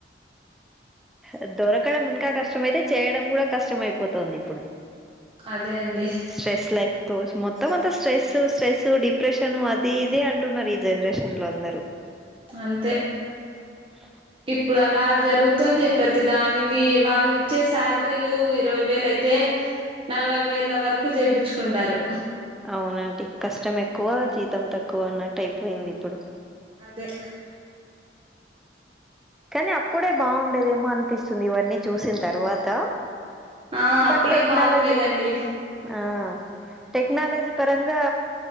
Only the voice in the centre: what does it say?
అ దొరకడం ఇంకా కష్టం అయితే చేయడం కూడా కష్టం అయిపోతుంది ఇప్పుడు
స్ట్రెస్ లైఫ్ తోస్ మొత్తం అంత స్ట్రెస్ స్ట్రెస్ డిప్రెషన్ అది ఇదే అంటున్నారు ఈ జనరేషన్ లో అందరు
అ
అవునండి కష్టం ఎక్కువ జీతం తక్కువ అన్నట్టు అయిపోయింది ఇప్పుడు
కానీ అప్పుడే బాగుండేదేమో అనిపిస్తుంది ఇవన్నీ చూసిన తర్వాత
బట్
టెక్నాలజీ
ఆ టెక్నాలజీ పరంగా